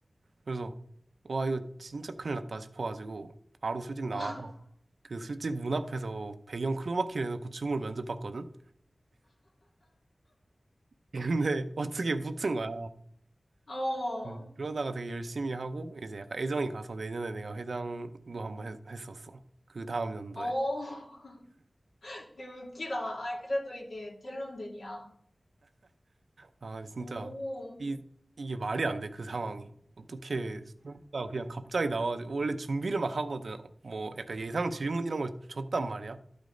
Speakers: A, on the right; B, on the left.
A: 그래서 와 이거 진짜 큰일 났다 싶어가지고 바로 술집 나와서
B: <laughs>
A: 그 술집 문 앞에서 배경 크로마키를 해놓고 줌을 면접봤거든. 근데 <laughs> 어떻게 붙은 거야.
B: 어,
A: 음. 그러다가 되게 열심히 하고 이제 약간 애정이 가서 내년에 내가 회장도 한번 했, 했었어. 그 다음 연도에.
B: 어, <laughs> 되게 웃기다. 아, 그래도 이게 델론들이야.
A: 아 진짜
B: 오,
A: 이 이게 말이 안 돼 그 상황이. 어떻게 술집가 그냥 갑자기 나와가지고 원래 준비를 막 하거든. 뭐 약간 예상 질문 이런 걸 줬단 말이야.